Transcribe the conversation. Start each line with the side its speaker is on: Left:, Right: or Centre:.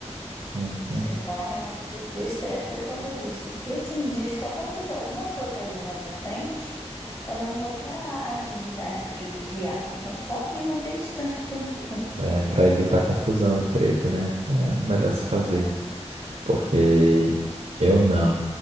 Right: Uhum.
Left: Sem falar realmente do do estresse por causa disso. Porque assim, de- se acontecer alguma porcaria na minha frente, eu não vou ter a agilidade pra desviar. Então eu só me mantenho distante de todo mundo.
Right: É, pra evitar confusão e treta, né? É o melhor se fazer.
Left: É.
Right: porque eu não.